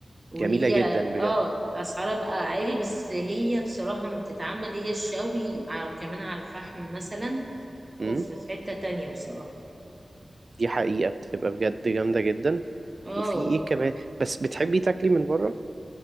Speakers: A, on the right (about 30°); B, on the right (about 55°).
A: وهي
B: جميلة جدا بجد
A: اه اسعارها بقى عالي بس هي بصراحه لما بتتعمل هي الشوي ع- وكمان على الفحم مثلا
B: مم.
A: اوف في حته تانية بصراحه
B: دي حقيقة بتبقى بجد جامدة جدا
A: اه
B: وفي ايه كمان بس بتحبي تاكلي من بره